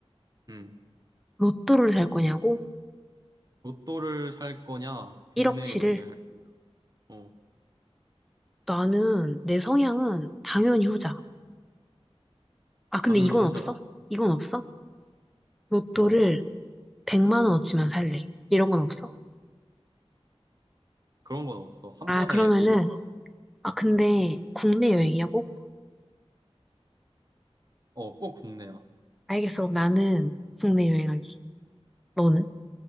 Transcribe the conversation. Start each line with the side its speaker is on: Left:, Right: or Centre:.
Right: 음.
Centre: 로또를 살 거냐고?
Right: 로또를 살 거냐? 국내
Centre: 1억치를?
Right: 여행을 할 거냐? 어,
Centre: 나는, 내 성향은 당연히 후자. 아,
Right: 당연히
Centre: 근데 이건
Right: 후자야?
Centre: 없어? 이건 없어? 로또를
Right: 뭐,
Centre: 100만 원어치만 살래. 이런 건 없어?
Right: 그런 건 없어. 한
Centre: 아,
Right: 번에
Centre: 그러면은,
Right: 모두, 써야-
Centre: 아, 근데 국내 여행이야, 꼭?
Right: 어, 꼭 국내야.
Centre: 알겠어. 그럼 나는 국내 여행하기. 너는?